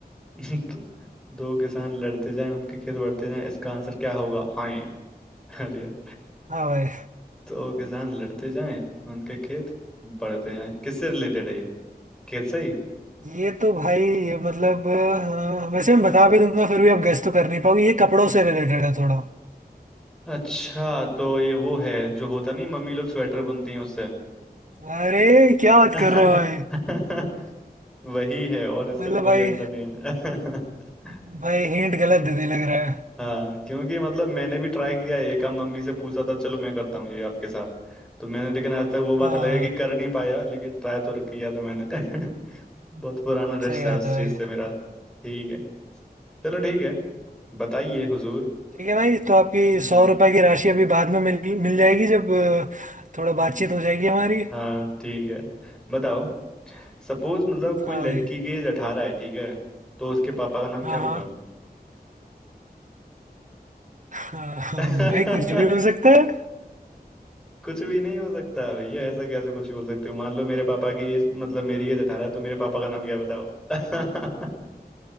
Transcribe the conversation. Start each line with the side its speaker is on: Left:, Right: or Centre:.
Centre: दो, दो किसान लड़ते जाएं उनके खेत बढ़ते जाएं इसका आंसर क्या होगा हाँ <laughs> अरे यार।
Right: हाँ भाई
Centre: दो किसान लड़ते जाएं उनके खेत बढ़ते जाएं किससे रिलेटेड है ये खेत से ही
Right: ये तो भाई ये मतलब अ, वैसे मैं बता भी दूंगा फिर भी आप गेस तो कर नहीं पाओगे ये कपड़ों से रिलेटेड है थोड़ा
Centre: अच्छा तो ये वो है जो होता नहीं मम्मी लोग स्वेटर बुनती हैं उससे
Right: अरे क्या बात
Centre: <laughs>
Right: कर रहे हो भाई
Centre: वही है और
Right: मतलब
Centre: इसका कोई
Right: भाई
Centre: आंसर नहीं है <laughs>
Right: भाई हिंट गलत दे दी लग रहा है
Centre: हाँ क्योंकि मतलब मैंने भी ट्राई किया है ये काम मम्मी से पूछा था चलो मैं करता हूँ ये आपके साथ तो मैंने लेकिन आज तक वो बात
Right: हाँ
Centre: अलग है कि कर नहीं पाया लेकिन ट्राई तो किया था मैंने <laughs> बहुत पुराना रिश्ता
Right: सही बात
Centre: है उस
Right: है भाई
Centre: चीज से मेरा ठीक है चलो ठीक है बताइए हुजूर
Right: ठीक है भाई तो आपकी
Centre: हम्म
Right: सौ रुपए की राशि अभी बाद में मिल मिल जाएगी जब अ, थोड़ा
Centre: हम्म,
Right: बातचीत हो जाएगी हमारी
Centre: हाँ ठीक है बताओ सपोज मतलब कोई
Right: हाँ
Centre: लड़की
Right: भाई
Centre: की एज अठारह है ठीक है तो उसके पापा का नाम
Right: हाँ
Centre: क्या होगा
Right: हाँ हाँ, <laughs> हाँ,
Centre: <laughs>
Right: भाई कुछ भी हो सकता है
Centre: कुछ भी नहीं हो सकता भैया ऐसे कैसे कुछ भी बोल सकते हो मान लो मेरे पापा की एज मतलब मेरी एज अठारह है तो मेरे पापा का नाम क्या है बताओ <laughs>